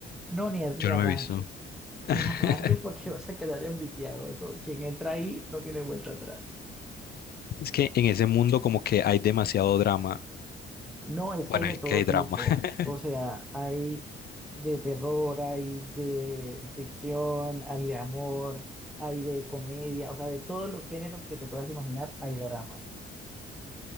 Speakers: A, in the centre; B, on the left (about 50°).
A: No, ni, ni
B: Yo no
A: arranque.
B: me he visto. <laughs>
A: me arranques porque <laughs> vas a quedar enviciado. Eso, quien entra ahí no tiene vuelta atrás.
B: Es que en ese mundo como que hay demasiado drama.
A: No, es que
B: Bueno,
A: hay de
B: es
A: todo
B: que hay
A: tipo.
B: drama. <laughs>
A: O sea, hay de terror, hay de ficción, hay de amor, hay de comedia. O sea, de todos los géneros que te puedas imaginar, hay doramas.